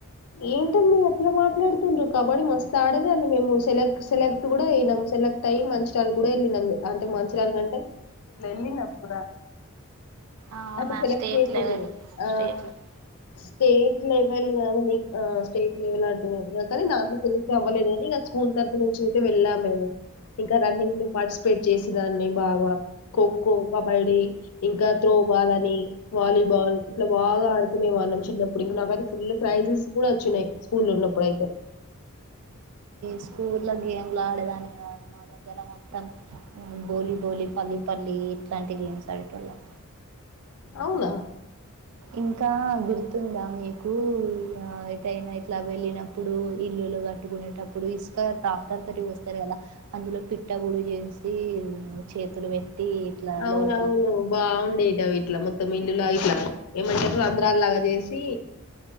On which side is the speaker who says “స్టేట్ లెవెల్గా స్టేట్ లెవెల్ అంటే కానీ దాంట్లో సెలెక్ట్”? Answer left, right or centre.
Left